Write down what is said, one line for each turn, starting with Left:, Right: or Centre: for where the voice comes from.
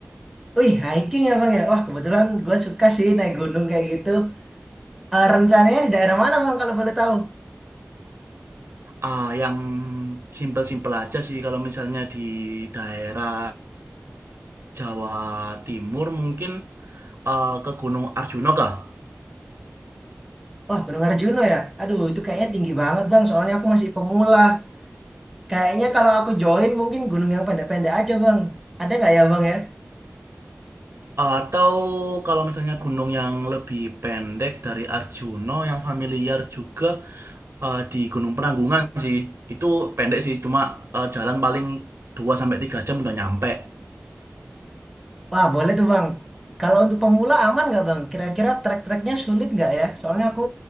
Centre: Wih hiking ya bang ya. Wah kebetulan gua suka sih naik gunung kayak gitu. Eh, rencananya di daerah mana bang kalau boleh tahu?
Right: Ah, yang simpel-simpel aja sih kalau misalnya di daerah Jawa Timur mungkin eh, ke Gunung Arjuna kah?
Centre: Wah Gunung Arjuna ya. Aduh itu kayaknya tinggi banget bang. Soalnya aku masih pemula. Kayaknya kalau aku join mungkin gunung yang pendek-pendek aja bang. Ada nggak ya bang ya?
Right: Atau kalau misalnya gunung yang lebih pendek dari Arjuna yang familiar juga eh, di Gunung Penanggungan sih. Itu pendek sih, cuma eh, jalan paling 2 sampai 3 jam udah nyampe.
Centre: Wah, boleh tuh Bang. Kalau untuk pemula aman nggak Bang? Kira-kira trek-treknya sulit nggak ya? Soalnya aku